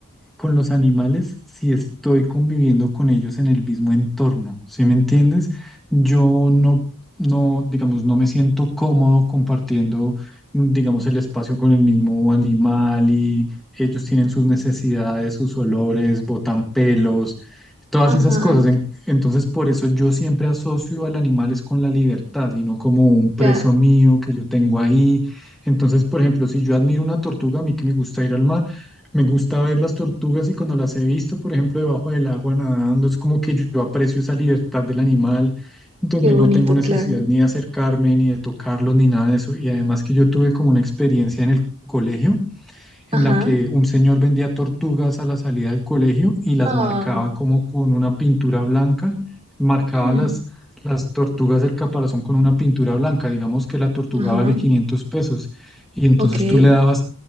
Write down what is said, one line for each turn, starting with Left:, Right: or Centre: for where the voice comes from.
Centre: con los animales si estoy conviviendo con ellos en el mismo entorno, ¿sí me entiendes? Yo no, no, digamos, no me siento cómodo compartiendo, digamos, el espacio con el mismo animal y ellos tienen sus necesidades, sus olores, botan pelos, todas
Right: Ajá,
Centre: esas cosas. En- Entonces, por eso yo siempre asocio al animal es con la libertad y no como un preso
Right: claro,
Centre: mío que yo tengo ahí. Entonces, por ejemplo, si yo admiro una tortuga, a mí que me gusta ir al mar, me gusta ver las tortugas y cuando las he visto, por ejemplo, debajo del agua nadando, es como que yo aprecio esa libertad del animal, donde
Right: qué bonito,
Centre: no tengo necesidad
Right: claro.
Centre: ni de acercarme, ni de tocarlos, ni nada de eso. Y además que yo tuve como una experiencia en el colegio en
Right: Ajá.
Centre: la que un señor vendía tortugas a la salida del colegio y las
Right: Ah,
Centre: marcaba como con una pintura blanca, marcaba
Right: mm,
Centre: las, las tortugas del caparazón con una pintura blanca, digamos que la tortuga
Right: ajá,
Centre: vale 500 pesos y entonces
Right: ok,
Centre: tú le dabas,